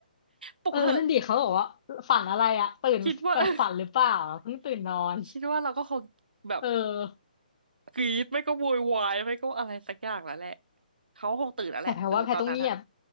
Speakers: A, on the right; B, on the left.
A: ปลุกเหอะ
B: เออนั่นดิเขาบอกว่าฝันอะไรอะตื่นแบบฝันหรือเปล่าเพิ่งตื่นนอน
A: คิดว่า <laughs> คิดว่าเราก็คงแบบ
B: เออ
A: กรีดไม่ก็โวยวายไม่ก็อะไรสักอย่างแล้วแหละเขาคงตื่นแล้วแหละเออตอนนั้นอะ
B: แต่แพรว่าแพรต้องเงียบ